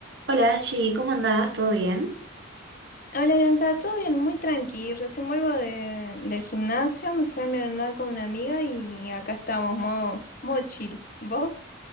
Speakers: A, on the right; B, on the left.
A: Hola Angie, ¿cómo andás? ¿Todo bien?
B: Hola Bianca, todo bien, muy tranqui. Recién vuelvo de- del gimnasio, me fui a merendar con una amiga y acá estamos, modo, modo chill. ¿Vos?